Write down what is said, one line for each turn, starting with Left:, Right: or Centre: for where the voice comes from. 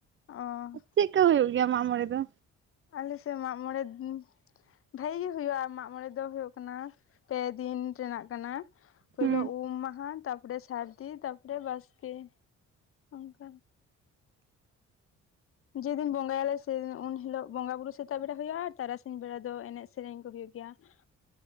Left: ᱚ
Right: ᱪᱮᱫᱠᱟ ᱦᱩᱭᱩᱜ ᱜᱮᱭᱟ, ᱢᱟᱜ ᱢᱚᱬᱮ ᱫᱚ?
Left: ᱟᱞᱮ ᱥᱮᱫ, ᱢᱟᱜ ᱢᱚᱬᱮ ᱫᱤᱱᱹᱹᱹ <unintelligible> ᱵᱷᱟᱜᱤ ᱜᱮ ᱦᱩᱭᱩᱜᱼᱟ, ᱢᱟᱜ ᱢᱚᱬᱮ ᱫᱚ ᱦᱩᱭᱩᱜ ᱠᱟᱱᱟ ᱯᱮ ᱫᱤᱱ ᱨᱮᱱᱟᱜ ᱠᱟᱱᱟ᱾ ᱯᱳᱭᱞᱳ
Right: ᱦᱩᱸ
Left: ᱩᱢ ᱢᱟᱦᱟ, ᱛᱟᱯᱚᱨᱮ ᱥᱟᱹᱨᱫᱤ, ᱛᱟᱯᱚᱨᱮ ᱵᱟᱥᱠᱮ᱾ ᱚᱱᱠᱟ ᱡᱮᱫᱤᱱ ᱵᱚᱸᱜᱟᱭ ᱟᱞᱮ ᱥᱮᱫᱤᱱ ᱩᱱ ᱦᱤᱞᱳᱜ ᱵᱚᱸᱜᱟ ᱵᱩᱨᱩ ᱥᱮᱛᱟᱜ ᱵᱮᱲᱟ ᱦᱩᱭᱩᱼᱟ, ᱛᱟᱨᱟᱥᱤᱧ ᱵᱮᱲᱟ ᱫᱚ ᱮᱱᱮᱡ ᱥᱮᱨᱮᱧ ᱠᱩ ᱜᱤ ᱦᱳᱭᱩᱜ ᱜᱤᱭᱟ ᱾ <inaudible>